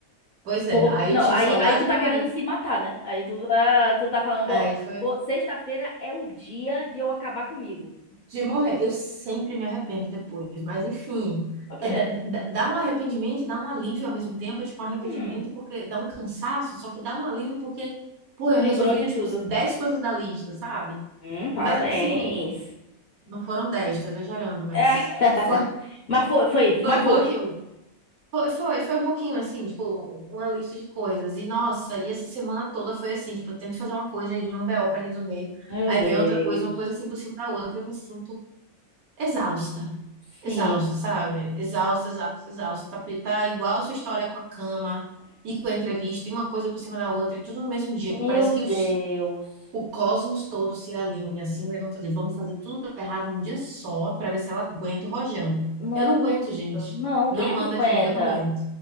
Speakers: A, on the right; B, on the left.
A: Pois é,
B: Pô,
A: aí
B: não,
A: tinha
B: aí,
A: o celular
B: aí tu
A: de
B: tá
A: meu
B: querendo
A: marido.
B: se matar, né? Aí tu tá, tu tá falando,
A: Aí
B: ó,
A: foi
B: pô, sexta-feira é o dia de eu acabar comigo.
A: de morrer. Eu sempre me arrependo depois, mas enfim.
B: Ok.
A: É, dá, dá- dá um arrependimento e dá um alívio ao mesmo tempo, tipo, um arrependimento
B: Hum,
A: porque dá um cansaço, só que dá um alívio porque, pô,
B: se
A: eu
B: livrou
A: resolvi,
B: de
A: tipo,
B: tudo.
A: 10 coisas da lista, sabe?
B: Hum, parabéns.
A: Mas assim, não foram 10 tô exagerando, mas,
B: É,
A: mas foi, <laughs>
B: mas foi, foi,
A: foi
B: mas
A: um
B: foi.
A: pouquinho. Foi, foi, foi um pouquinho assim, tipo, uma lista de coisas. E nossa, e essa semana toda foi assim, tipo, eu tento fazer uma coisa aí vem um BO pra resolver.
B: Meu
A: Aí
B: Deus.
A: vem outra coisa, uma coisa assim por cima da outra, eu me sinto exausta.
B: Sim.
A: Exausta, sabe? Exausta, exausta, exausta. Tá, pe- tá igual a sua história com a cama e com a entrevista, e uma coisa por cima da outra, e tudo no mesmo dia,
B: Meu
A: que parece que
B: Deus.
A: os, o cosmos todo se alinha assim, né? Vamos fazer, vamos fazer tudo errado num dia só pra ver se ela aguenta o rojão.
B: Nossa,
A: Eu não aguento, gente.
B: não,
A: Não
B: quem
A: manda
B: é que aguenta?
A: de novo, eu não aguento.